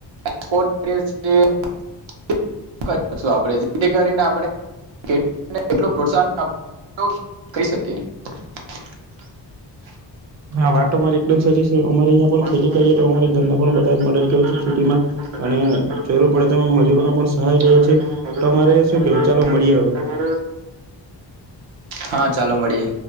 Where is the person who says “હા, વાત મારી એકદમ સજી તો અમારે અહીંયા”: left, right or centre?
Right